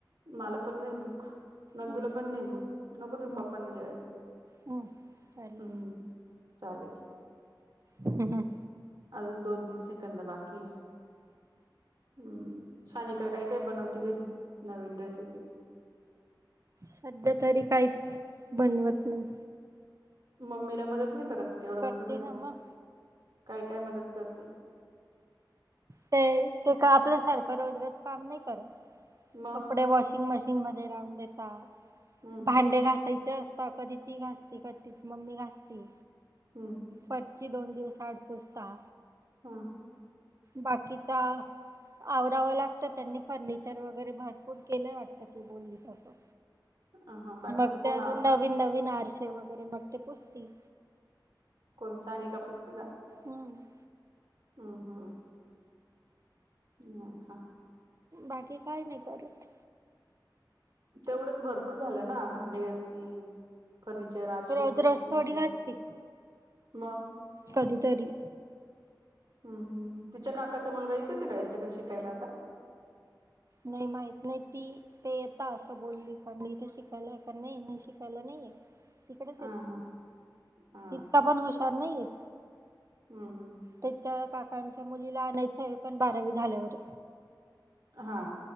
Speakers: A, on the right (about 60°); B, on the right (about 40°).
A: मला पण नाही भूक नंदूला
B: हो
A: पण नाही ब नको देऊ
B: हो
A: पप्पांना जेवायला
B: हो चालेल
A: हम्म चालेल
B: हम हम
A: अजून दोन तीन सेकंद बाकी हम्म सानिका काय काय बनवती घरी नवीन रेसिपी
B: सध्या तरी काहीच बनवत नाही.
A: मम्मीला मदत नाही करत एवढं
B: करते
A: मोठं घरेत
B: ना मग
A: काय काय मदत करते.
B: ते ते का आपल्यासारखं रोज रज काम नाही करत
A: मग
B: कपडे वॉशिंग मशीन म रां देतात
A: हम्म
B: भांडे घासायचे अस. कधी ती घासती कधी तीच मम्मी घासती.
A: हम्म.
B: परची दोन दिवस आडपोसता
A: हम.
B: बाकी त आवरावं लागतं त्यांनी फर्निचर वगैरे भरपूर केलंय वाटतं ती बोलली तसं.
A: हा बाकीचं
B: मग
A: कोण
B: ते अजून नवीन नवीन आरसे वगैरे मग ते पुजतील
A: कोणसानी का पुस्तिका
B: हम.
A: हम् हम. हचछ.
B: बाकी काय नाही करत.
A: तेवढंच भरपूर झालं ना भांडी गस्ती फर्निचर आठशे
B: रोज
A: पुस्ती
B: रोज थोडी घासती
A: मग
B: कधीतरी
A: हम् हम तिच्या काकाचा मुलगा येतेच का यांच्याकडे शिकायला आता
B: नाही माहित नाही ती ते येतता असं बोलली पण मी इथे शिकायलाय पण नाही नाही शिकायला नाहीये. तिकडेच
A: हा
B: य
A: हा हा
B: इतका पण हुशार नाही येत.
A: हम् हम.
B: त्याच्या काकांच्या मुलीला आणायच हवे पण बारावी झाल्यावर
A: हा.